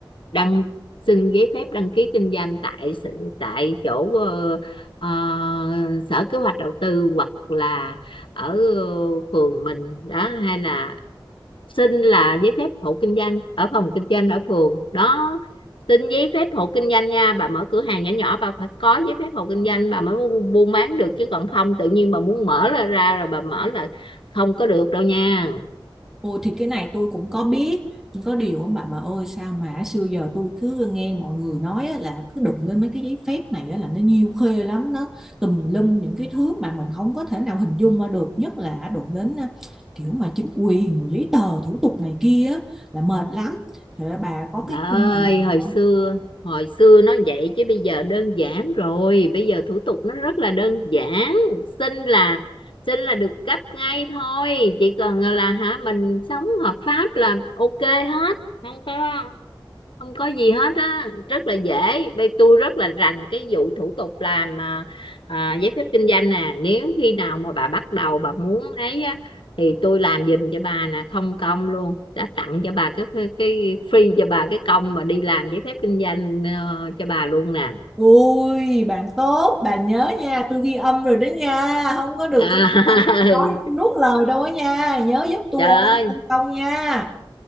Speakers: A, on the left; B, in the centre.
A: đăng xin giấy phép đăng ký kinh doanh tại tại chỗ ờ, ờ, sở kế hoạch đầu tư hoặc là ở ờ, phường mình đó hay là xin là giấy phép hộ kinh doanh ở phòng kinh doanh ở phường đó xin giấy phép hộ kinh doanh nha bà mở cửa hàng nhỏ nhỏ bà phải có giấy phép hộ kinh doanh bà mới buôn bán được chứ còn không tự nhiên bà muốn mở ra ra rồi bà mở là không có được đâu nha
B: Ôi thì cái này tôi cũng có biết nhưng có điều á, bà bà ơi sao mà xưa giờ tôi cứ nghe mọi người nói á, là cứ đụng lên mấy cái giấy phép này á, là nó nhiêu khê lắm nó tùm lum những cái thứ mà mình không có thể nào hình dung ra được nhất là đụng đến à, kiểu mà chính quyền rồi giấy tờ thủ tục này kia á, là mệt lắm Thì bà có
A: Bà
B: cái
A: ơi,
B: kinh nghiệm
A: hồi
B: không?
A: xưa, hồi xưa nó vậy chứ bây giờ đơn giản rồi, bây giờ thủ tục nó rất là đơn giản, xin là xin là được cấp ngay thôi, chỉ cần là hả mình sống hợp pháp là ok hết, không có không có gì hết á rất là dễ bên tôi rất là rành cái vụ thủ tục làm à, à, giấy phép kinh doanh nè nếu khi nào mà bà bắt đầu bà muốn ấy á thì tôi làm giùm cho bà nè không công luôn đã tặng cho bà cái cái free cho bà cái công mà đi làm giấy phép kinh doanh ờ, cho bà luôn nè
B: Ôi bạn tốt bà nhớ nha tôi ghi âm rồi đó nha không có được
A: à,
B: có
A: <laughs>
B: nói nuốt lời đâu á nha nhớ giúp tôi
A: trời
B: ăn
A: ơi
B: không công nha